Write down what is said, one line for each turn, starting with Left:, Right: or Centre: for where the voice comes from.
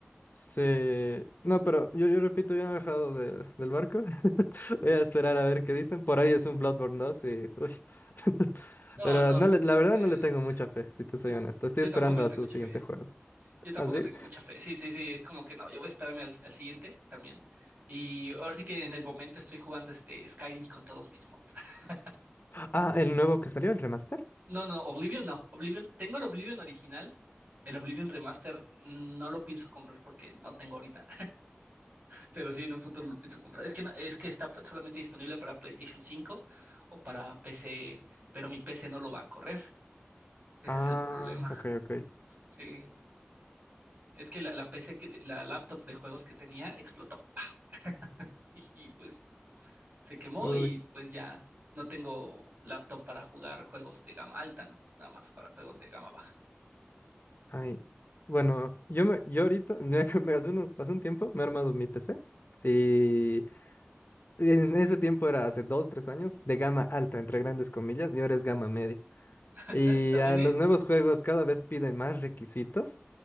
Left: sí. No, pero yo, yo repito, ya me he bajado de- del barco. <laughs> Voy a esperar a ver qué dicen. Por ahí es un Bloodborne 2 y... uy. <laughs>
Right: No,
Left: Pero
Right: no,
Left: no
Right: s-
Left: le-
Right: mm,
Left: la verdad
Right: eh,
Left: no le tengo mucha fe, si te soy
Right: yo,
Left: honesto. Estoy
Right: yo
Left: esperando
Right: tampoco le tengo
Left: a su
Right: mucha
Left: siguiente
Right: fe.
Left: juego.
Right: Yo tampoco
Left: Así.
Right: tengo mucha fe. Sí, sí, sí, es como que no, yo voy a esperarme al, al siguiente también. Y ahora sí que en el momento estoy jugando este Skyrim con todos mis mods. <laughs>
Left: Ah, sí. Ah, el nuevo que salió, el remaster.
Right: No, no, no, Oblivion no. Oblivion, tengo el Oblivion original. El Oblivion Remaster mm, no lo pienso comprar porque no tengo ahorita. Pero sí, en un futuro lo pienso comprar. Es que no- es que está pa- solamente disponible para PlayStation 5 o para PC, pero mi PC no lo va a correr. Ese
Left: Ah,
Right: es el problema.
Left: ok, ok.
Right: Sí. Es que la, la PC que te- la laptop de juegos que tenía explotó. ¡Pau! <laughs> Y, y, pues se quemó
Left: Uy,
Right: y pues ya no tengo laptop para jugar juegos de gama alta, ¿no? Nada más para juegos de gama baja.
Left: ay. Bueno, yo me, yo ahorita, me, <laughs> me- hace unos, hace un tiempo me he armado mi PC y en ese tiempo era hace dos, tres años de gama alta, entre grandes comillas, y ahora es gama media.
Right: <laughs>
Left: Y
Right: También
Left: a
Right: eh,
Left: los nuevos juegos cada vez piden más requisitos